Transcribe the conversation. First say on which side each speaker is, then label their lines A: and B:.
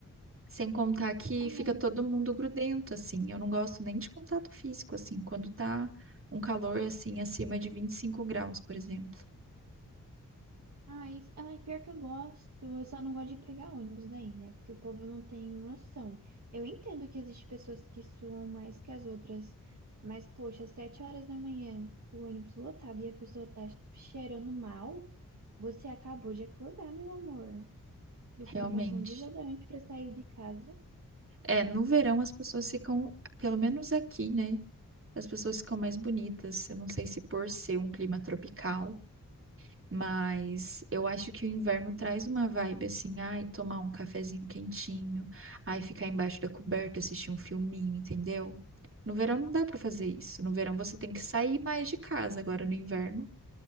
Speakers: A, on the right (about 40°); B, on the right (about 55°).
A: Sem contar que
B: Ai,
A: fica todo mundo grudento, assim. Eu não gosto nem de contato físico, assim, quando tá um calor, assim, acima de 25 graus, por exemplo.
B: ai, ai, pior que eu gosto. Eu só não gosto de pegar ônibus daí, né? Porque o povo não tem noção. Eu entendo que existem pessoas que suam mais que as outras, mas, poxa, às sete horas da manhã, o ônibus lotado e a pessoa tá cheirando mal, você acabou de acordar, meu amor. Você
A: Realmente.
B: não passou um desodorante pra sair de casa.
A: É, no verão as pessoas ficam, pelo menos aqui, né? As pessoas ficam mais bonitas. Eu não sei se por ser um clima tropical Mas eu acho que o inverno traz uma vibe assim, ai, tomar um cafezinho quentinho, ai, ficar embaixo da coberta, assistir um filminho, entendeu? No verão não dá pra fazer isso. No verão você tem que sair mais de casa. Agora no inverno